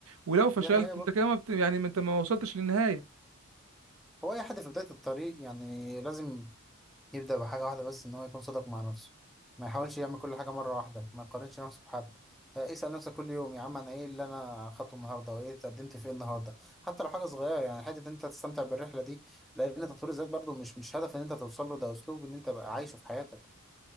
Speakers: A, on the right; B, in the centre.
A: ولو فشلت
B: دي حقيقة برضو
A: انت كده ما بت... يعني ما انت ما وصلتش للنهاية
B: هو اي حد في بداية الطريق يعني لازم يبدأ بحاجة واحدة بس إن هو يكون صادق مع نفسه ما يحاولش يعمل كل حاجة مرة واحدة ما يقارنش نفسه بحد آه، اسأل نفسك كل يوم يا عم أنا إيه اللي أنا خدته النهاردة وإيه اتقدمت فيه النهاردة حتى لو حاجة صغيرة يعني حتة إن أنت تستمتع بالرحلة دي لأن تطوير الذات برضو مش مش هدف إن أنت توصل له ده أسلوب إن أنت بقى عايشه في حياتك